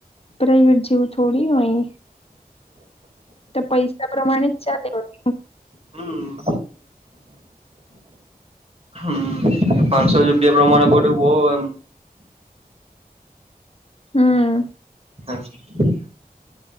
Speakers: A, on the left (about 40°); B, on the right (about 40°).
A: પ્રાઈવેટ જેવું થોડી હોય. તો પૈસા પ્રમાણે જ ચાલ્યું હોત.
B: હમ્મ. હમ્મ. પાંસો રૂપિયા પ્રમાણે બધું બહુ એમ
A: હમ્મ.
B: <inaudible>